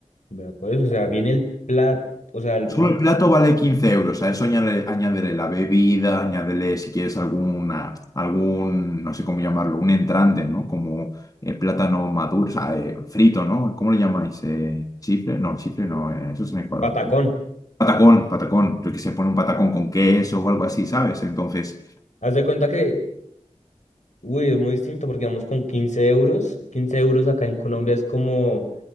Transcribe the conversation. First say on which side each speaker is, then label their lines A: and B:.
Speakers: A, on the left; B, on the left.
A: Vea, pues, o sea, viene el plato, o sea, el
B: Solo el Vale. plato vale 15 euros. A eso añade- añádele, la bebida, añádele si quieres alguna, algún, no sé cómo llamarlo, un entrante, ¿no? Como eh, plátano maduro, o sea, eh, frito, ¿no? ¿Cómo le llamáis? Eh, ¿chifle? No, chifle no, eh, eso es en Ecuador,
A: patacón.
B: creo. Patacón, patacón. Yo que se pone un patacón con queso o algo así, ¿sabes? Entonces,
A: Haz de cuenta que Uy, es muy distinto porque vamos con 15 euros. quince euros acá en Colombia es como